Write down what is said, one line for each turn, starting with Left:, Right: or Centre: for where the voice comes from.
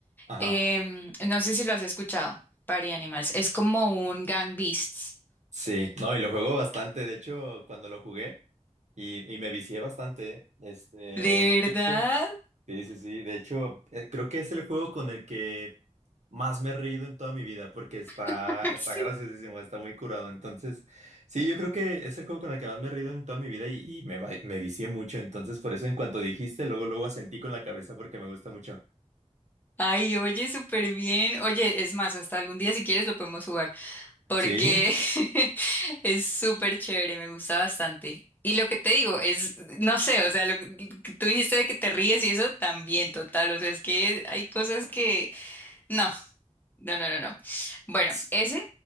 Right: Ajá.
Left: Em, no sé si lo has escuchado, Party Animals. Es como un Gang Beasts.
Right: Sí, no, y lo juego bastante, de hecho, cuando lo jugué y, y me vicié bastante, este,
Left: ¿De verdad?
Right: Sí, sí, sí. De hecho, eh, creo que es el juego con el que más me he reído en toda mi vida porque está,
Left: <laughs>
Right: está
Left: Sí.
Right: graciosísimo, está muy curado. Entonces, sí, yo creo que es el juego con el que más me he reído en toda mi vida y, y me, va- me vicié mucho. Entonces, por eso en cuanto dijiste, luego, luego asentí con la cabeza porque me gusta mucho.
Left: Ay, oye, súper bien. Oye, es más, hasta algún día si quieres lo podemos jugar. porque
Right: Sí.
Left: <laughs> es súper chévere, me gusta bastante. Y lo que te digo es, no sé, o sea, lo que lo que tú dijiste de que te ríes y eso también, total, o sea, es que hay cosas que, no, no, no, no, no. Bueno,
Right: S-
Left: ese,